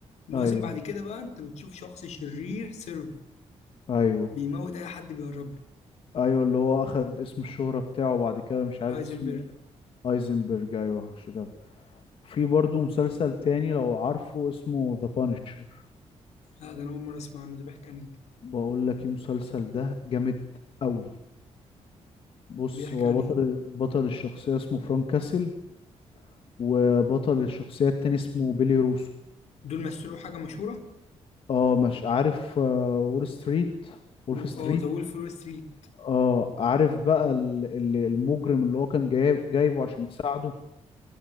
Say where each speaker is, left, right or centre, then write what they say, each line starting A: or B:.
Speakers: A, on the left; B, on the left.
A: المواسم
B: ايوه
A: بعد كده بقى انت بتشوف شخص شرير سيرف
B: ايوه
A: بيموت اي حد بيقرب له
B: ايوه اللي هو اخد اسم الشهرة بتاعه بعد كده مش عارف
A: هايزنبرج
B: اسمه ايه ايزنبرج ايوه مش كده في برضه مسلسل تاني لو عارفه اسمه ذا بانشر
A: لا ده انا اول مره اسمع عنه ده بيحكي عن ايه
B: بقول لك ايه المسلسل ده جامد قوي بص
A: بيحكي
B: هو
A: عن ايه
B: بطل بطل الشخصية اسمه فرانك كاسل وبطل الشخصية التاني اسمه بيلي روسو
A: دول مثلوا حاجه مشهوره
B: اه مش عارف آه، وول ستريت وولف
A: و-
B: ستريت
A: اه ذا وولف وول ستريت
B: اه عارف بقى ال- ال- المجرم اللي هو كان جايب جايبه عشان يساعده